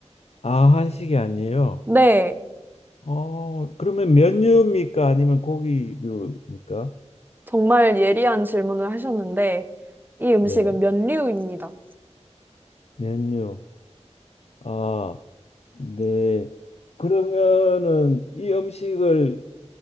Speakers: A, on the left; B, on the right.
A: 아, 한식이 아니에요.
B: 네,
A: 어, 그러면 면류입니까? 아니면 고기류입니까?
B: 정말 예리한 질문을 하셨는데, 이 음식은
A: 네,
B: 면류입니다.
A: 면류. 아, 네. 그러면은 이 음식을